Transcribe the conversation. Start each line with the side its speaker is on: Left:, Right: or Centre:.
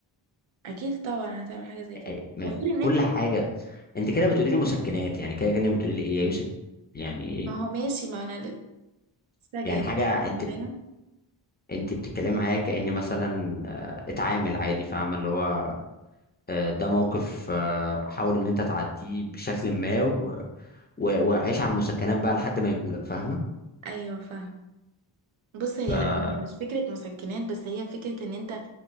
Right: اكيد طبعا هتعمل حاجة زي كده
Left: أي- ما-
Right: وغير ان
Left: كل
Right: انت
Left: حاجه انت كده بتقولي لي مسكنات يعني كده كانك بتقولي لي ايه يا يوسف يعني ايه
Right: ما هو ماشي ما انا لسه
Left: يعني
Right: جايلك
Left: حاجه انت
Right: كمان
Left: انت بتتكلمي معايا كأني مثلا آه، اتعامل عادي فاهمة اللي هو آه، ده موقف آه، حاول ان انت تعديه بشكل ما و- و- وعيش على المسكنات بقى لحد ما يجولك فاهمة
Right: ايوه فاهم بص هي
Left: فمش
Right: لا هي مش فكرة مسكنات بس هي فكرة ان انت